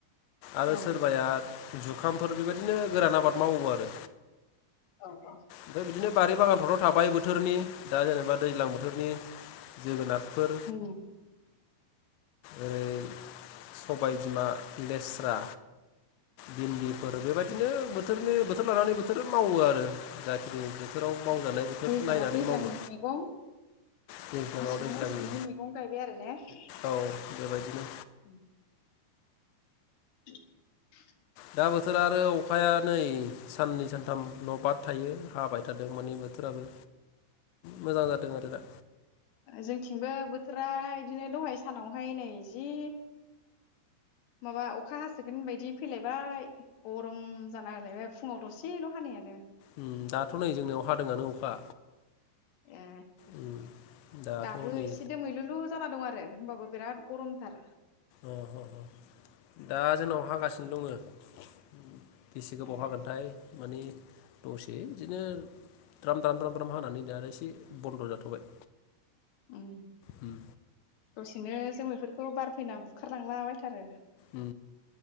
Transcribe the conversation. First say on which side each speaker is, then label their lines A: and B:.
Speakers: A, on the left (about 80°); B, on the left (about 70°).
A: आरो
B: औ
A: सोरबाया जुखामफोर बेबायदिनो गोरान आबाद मावो आरो
B: औ
A: ओमफाय बिदिनो बारि बागानफ्र थाबाय बो थोरनि दा जेनेबा दैज्लां बोथोरनि जोगोनारफोर
B: उम
A: ओरै सबाय बिमा लेस्रा भिन्दिफोर बेबायदिनो बोथोरनि बोथोर लानानै बोथोर मावो आरो जाखिनि बोथोराव मावजानाय बोथोर
B: <unintelligible>
A: नायनानै
B: दैज्लांनि
A: मावो
B: मैगं
A: दैज्लाङाव
B: मेसेङाव
A: दैज्लांनि
B: मेसेंनि मैगं गायबाय आरो ने उम्म
A: औ बेबायदिनो
B: <inaudible>
A: दा बोथोरा आरो फाया नै साननै सानथाम न' बाद थायो हाबाय थादों माने बोथोराबो मोजां जादों आरो दा
B: औ जोंथिंबो बो थोरा इदिनो दहाय सानावहाय नै जि माबा अखा हासोगोन बायदि फैलायबाय गरम जाना होलायबाय फुंङाव दसेल' हानायानो।
A: उम दाथ' नै जोंनियाव हादोंङानो अखा
B: ए
A: उम दाथ'
B: दाबो
A: नै
B: एसे दोमैलुलु जाना दं आरो होमबाबो बिराद गरमथार
A: अह ह दा जोंनाव हागासिनो दङो। बेसे गोबाव
B: ए
A: हागोनथाय माने दसे बिदिनो द्राम द्राम द्राम द्राम हानानै दा आरो एसे बन्द' जाथ'बाय।
B: उम्म
A: उम
B: दसेनो जोमैफोरखौ बार फैना बुखार लांलाबायथारो
A: ओ